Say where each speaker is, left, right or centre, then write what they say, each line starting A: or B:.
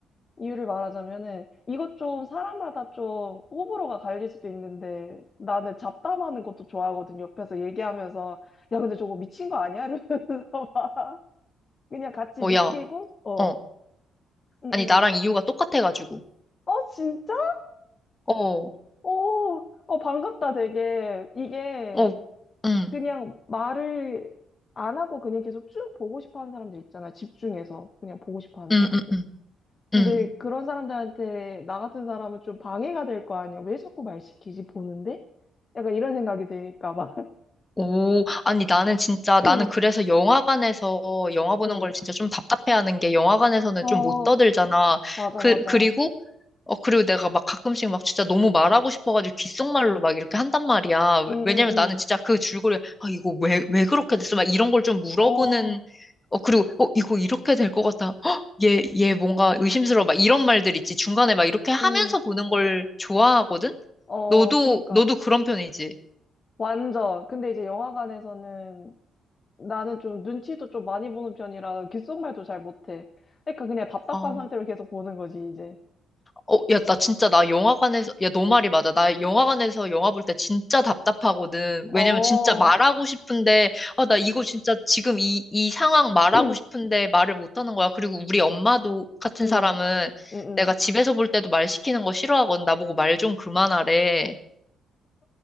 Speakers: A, on the left; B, on the left.
A: 이유를 말하자면은, 이것 좀 사람마다 좀 호불호가 갈릴 수도 있는데, 나는 잡담하는 것도 좋아하거든. 옆에서 얘기하면서, 야, 근데 저거 미친 거 아니야? 이러면서 <laughs> 막 그냥 같이
B: 어,
A: 느끼고,
B: 야,
A: 어,
B: 어.
A: 응, 응,
B: 아니, 나랑
A: 네.
B: 이유가 똑같아가지고.
A: 어, 진짜?
B: 어,
A: 어, 어, 반갑다, 되게. 이게,
B: 어, 음,
A: 그냥 말을 안 하고 그냥 계속 쭉 보고 싶어 하는 사람들 있잖아. 집중해서. 그냥 보고 싶어 하는
B: 음,
A: 사람들.
B: 음, 음,
A: 근데
B: 음.
A: 그런 사람들한테 나 같은 사람은 좀 방해가 될 거 아니야. 왜 자꾸 말 시키지 보는데? 약간 이런 생각이 드니까 봐.
B: 오, 아니 나는 진짜 나는
A: <laughs>
B: 그래서
A: <clears throat>
B: 영화관에서 영화 보는
A: 응.
B: 걸 진짜 좀 답답해하는 게 영화관에서는
A: 어,
B: 좀 못 떠들잖아.
A: 맞아,
B: 그
A: 맞아.
B: 그리고 어 그리고 내가 막 가끔씩 막 진짜 너무 말하고 싶어가지고 귓속말로 막 이렇게 한단 말이야.
A: 응,
B: 왜- 왜냐면
A: 응,
B: 나는 진짜 그 줄거리 아 이거 왜 왜 그렇게 됐어? 막 이런 걸 좀 물어보는
A: 응. 어,
B: 어 그리고 어 이거 이렇게 될 것 같아. 헉, 얘얘 뭔가 의심스러워. 막 이런 말들 있지. 중간에 막 이렇게 하면서
A: 응.
B: 보는 걸 좋아하거든.
A: 어,
B: 너도
A: 그니까.
B: 너도 그런 편이지.
A: 완전. 근데 이제 영화관에서는 나는 좀 눈치도 좀 많이 보는 편이라 귓속말도 잘 못해. 그러니까 그냥 답답한
B: 아.
A: 상태로 계속 보는 거지, 이제.
B: 어, 야, 나 진짜, 나 영화관에서, 야, 너 말이 맞아. 나 영화관에서 영화 볼 때 진짜 답답하거든.
A: 어,
B: 왜냐면
A: 어.
B: 진짜 말하고 싶은데, 아, 나 이거 진짜 지금 이, 이 상황 말하고
A: <clears throat> 응,
B: 싶은데 말을 못 하는 거야. 그리고 우리 엄마도 같은
A: 응,
B: 사람은
A: 응.
B: 내가 집에서 볼 때도 말 시키는 거 싫어하거든. 나보고 말 좀 그만하래.